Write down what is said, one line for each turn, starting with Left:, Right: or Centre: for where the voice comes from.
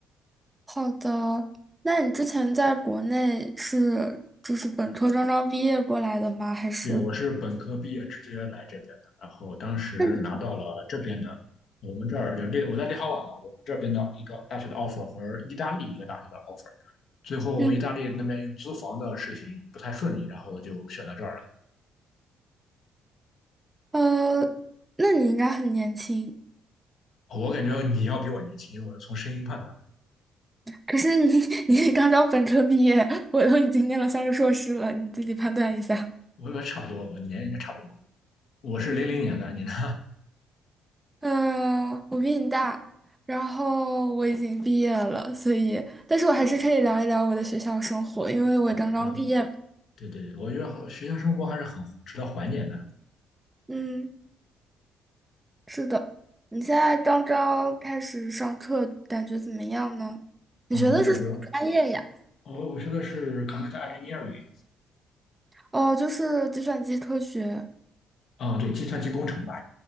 Right: 好的，那你之前在国内是就是本科刚刚毕业过来的吗？还是？
Left: 对，我是本科毕业直接来这边的，然后当时拿到了这边的，
Right: 那你
Left: 我们这儿就立，我在立陶宛嘛，我们这边的一个大学的 offer 和意大利一个大学的 offer。最后意大利那边用租房的事情不太顺利，
Right: 嗯
Left: 然后我就选到这儿来。
Right: 呃，那你应该很年轻。
Left: 哦我感觉你要比我年轻，我从声音判断，
Right: 可是你 <laughs> 你刚刚本科毕业，我都已经念了三个硕士了，你自己判断一下。
Left: 我觉得差不多，我年龄应该差不多。我是零零年的，
Right: 嗯，
Left: 你呢？
Right: 嗯，呃我比你大，然后我已经毕业了，所以，但是我还是可以聊一聊我的学校生活，因为我刚刚毕业。
Left: 好的，对对对，我觉得学校生活还是很值得怀念的。
Right: 嗯，是的，你现在刚刚开始上课，感觉怎么样呢？你学的是什么专业呀？
Left: 嗯，我感觉，我我学的是 computer engineering，
Right: 哦，就是计算机科学。
Left: 啊、哦对，计算机工程吧，